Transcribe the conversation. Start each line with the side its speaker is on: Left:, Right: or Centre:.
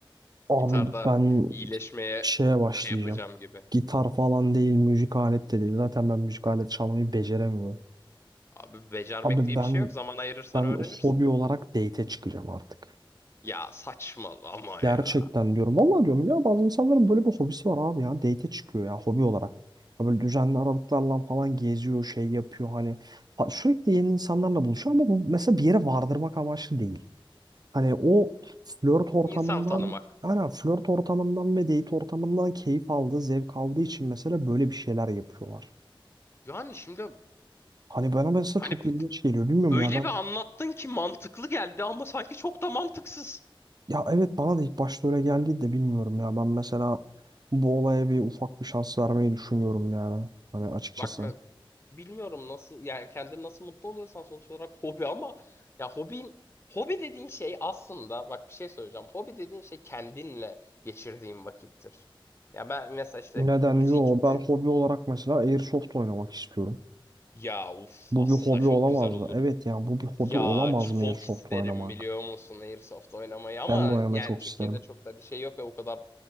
Right: Abi
Left: gitarda
Right: ben
Left: iyileşmeye
Right: şeye başlayacağım.
Left: şey yapacağım gibi.
Right: Gitar falan değil, müzik alet de değil. Zaten ben müzik alet çalmayı beceremiyorum.
Left: Abi becermek
Right: Abi
Left: diye
Right: ben
Left: bir şey yok. Zaman ayırırsan
Right: ben
Left: öğrenirsin.
Right: hobi olarak date'e çıkacağım artık.
Left: Ya saçmalama
Right: Gerçekten
Left: ya.
Right: diyorum. Vallahi diyorum ya bazı insanların böyle bir hobisi var abi ya. Date'e çıkıyor ya hobi olarak. Ya böyle düzenli aralıklarla falan geziyor, şey yapıyor hani. Ha, Sürekli yeni insanlarla buluşuyor ama bu mesela bir yere vardırmak amaçlı değil. Hani o flört ortamından
Left: İnsan tanımak.
Right: hani flört ortamından ve date ortamından keyif aldığı, zevk aldığı için mesela böyle bir şeyler yapıyorlar.
Left: Yani şimdi
Right: Hani bana mesela
Left: hani
Right: çok ilginç geliyor. Bilmiyorum
Left: öyle
Right: ya ben
Left: bir anlattın ki mantıklı geldi ama sanki çok da mantıksız.
Right: ya evet bana da ilk başta öyle geldi de bilmiyorum ya. Ben mesela bu olaya bir ufak bir şans vermeyi düşünüyorum yani. Hani açıkçası.
Left: Bak ben bilmiyorum nasıl yani kendini nasıl mutlu oluyorsan sonuç olarak hobi ama ya hobin hobi dediğin şey aslında bak bir şey söyleyeceğim. Hobi dediğin şey kendinle geçirdiğin vakittir. Ya ben mesela işte
Right: Neden?
Left: müzikti.
Right: Yo ben hobi olarak mesela Airsoft oynamak istiyorum.
Left: Ya uf
Right: Bu
Left: aslında
Right: bir hobi
Left: çok
Right: olamaz
Left: güzel olur.
Right: mı? Evet yani bu bir hobi
Left: Ya
Right: olamaz
Left: çok
Right: mı Airsoft
Left: isterim
Right: oynamak?
Left: biliyor musun Airsoft oynamayı ama
Right: Ben de oynamayı
Left: yani
Right: çok
Left: Türkiye'de
Right: isterim.
Left: çok da bir şey yok ve o kadar